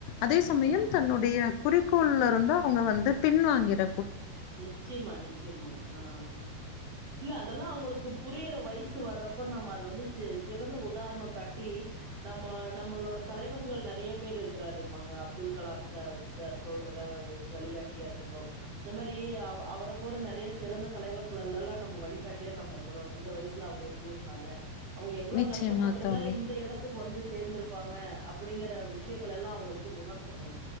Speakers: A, on the left; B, on the right.
A: அதே
B: நிச்சயமா
A: சமயம் தன்னுடைய குறிக்கோள்ல இருந்து அவங்க வந்து பின்வாங்கிர
B: நிச்சயமா நிச்சயமாங்க ஆ இல்ல அதெல்லா அவங்களுக்கு புரியிற வயசு வர்றப்ப நம்ம அது வந்து சே சிறந்த உதாரண காட்டி நம்ம நம்மளோட தலைவர்கள் நறைய பேர் இருக்கிறாரு இருப்பாங்க அப்துல் கலாம் சார் சார் சொல்றத வச்சு வழிகாட்டியா இருக்கட்டு இந்த மாரி அவ அவர போற நறைய சிறந்த தலைவர்கள்ல்லல்லா நம்ம வழிகாட்டியா நம்ம சொல்லணு இந்த வயசுல அவர் எப்டி இருந்தாங்க அவங்க எவ்ளோ
A: நிச்சயமா
B: கஷ்டப்பட்டிருந்தா
A: தோழி
B: இந்த எடத்துக்கு வந்து சேர்ந்திருப்பாங்க அப்டிங்கிற விஷயங்கள் எல்லா அவங்களுக்கு உணர்த்துணு